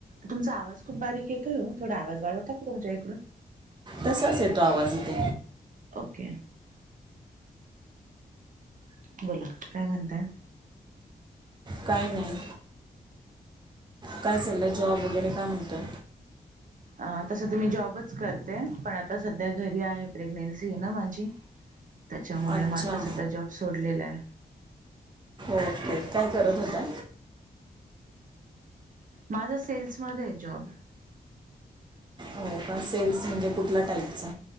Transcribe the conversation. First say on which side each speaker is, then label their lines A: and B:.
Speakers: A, on the right; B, on the right.
A: तुमचा आवाज खूप बारीक येतोय वो थोडा आवाज वाढवता का तुमच्याइकडून
B: तसाच येतो आवाज इथे
A: ओके बोला काय म्हणताय
B: काय नाय काय चाललंय जॉब वगैरे काय म्हणतोय
A: अ तसं तर मी जॉबच करते पण आता सध्या घरी आहे प्रेग्नेन्सी आहे ना माझी त्याच्यामुळे
B: अच्छा
A: म आता संध्या जॉब सोडलेला हाय
B: त काय करत होता
A: माझा सेल्समध्ये हाय जॉब
B: हो का सेल्स म्हणजे कुठल्या टाईपचा